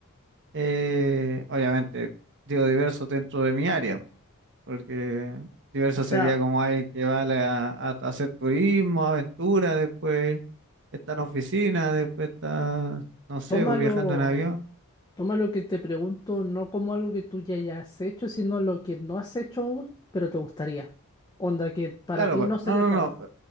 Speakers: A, on the right; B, on the left.
A: eh, obviamente digo diversos dentro de mi área, porque diverso
B: O sea,
A: sería como alguien que va a, la- a- a hacer turismo, aventura, después está en oficina, después está, no sé,
B: tómalo.
A: pues, viajando en avión.
B: Toma lo que te pregunto no como algo que tú ya hayas hecho, sino lo que no has hecho aún, pero te gustaría. Onda que para
A: Claro,
B: ti
A: pues,
B: no sería
A: no, no,
B: trabajo.
A: no.